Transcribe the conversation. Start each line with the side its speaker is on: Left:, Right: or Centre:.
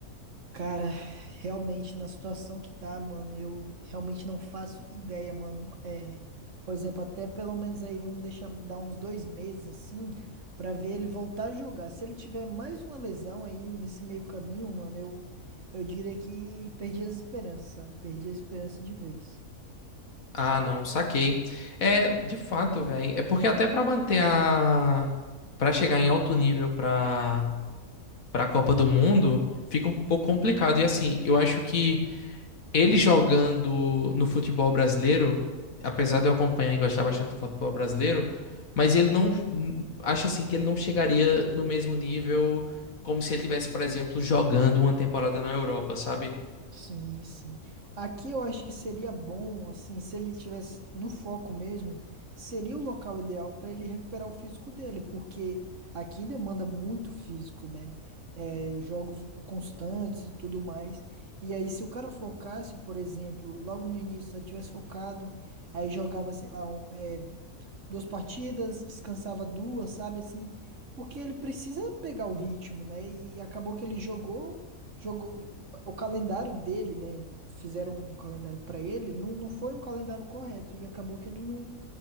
Right: Cara, realmente na situação que tá, mano, eu realmente não faço ideia, mano. É, por exemplo, até pelo menos aí vamos deixar dar uns dois meses assim pra ver ele voltar a jogar. Se ele tiver mais uma lesão aí nesse meio caminho, mano, eu eu diria que perdi as esperanças, sabe? Perdi a esperança de vez.
Left: Ah, não, saquei. É, de fato, velho. É porque até pra manter a Pra chegar em alto nível pra para Copa do Mundo, fica um pouco complicado. E assim, eu acho que Ele jogando no futebol brasileiro, apesar de eu acompanhar e gostar bastante do futebol brasileiro, mas ele não acho assim que ele não chegaria no mesmo nível como se ele tivesse, por exemplo, jogando uma temporada na Europa, sabe?
Right: Sim, sim. Aqui eu acho que seria bom, assim, se ele tivesse no foco mesmo, seria o local ideal para ele recuperar o físico dele, porque aqui demanda muito físico, né? É, jogos constantes e tudo mais. E aí, se o cara focasse, por exemplo, logo no início, se ele tivesse focado, aí jogava, sei lá, um duas partidas, descansava duas, sabe? Assim, porque ele precisa pegar o ritmo, né? E acabou que ele jogou, jogou o calendário dele, né? Fizeram um calendário pra ele, não, não foi um calendário correto e acabou que ele não,